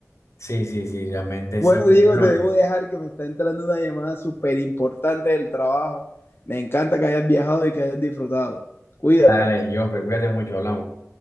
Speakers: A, on the left (about 65°); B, on the left (about 45°).
A: Sí, sí, sí, realmente
B: bueno,
A: sí. Bueno,
B: Diego, te debo dejar que me está entrando una llamada súper importante del trabajo. Me encanta que hayas viajado y que hayas disfrutado. Cuídate.
A: dale, yo, pero cuídate mucho, hablamos.